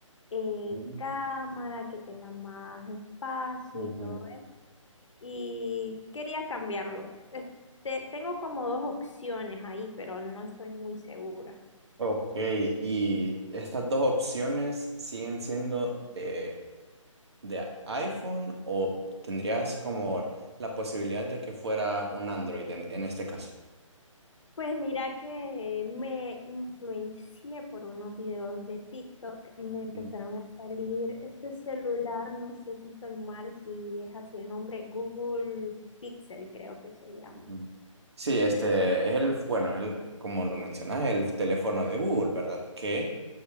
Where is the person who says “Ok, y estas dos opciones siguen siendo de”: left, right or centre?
Right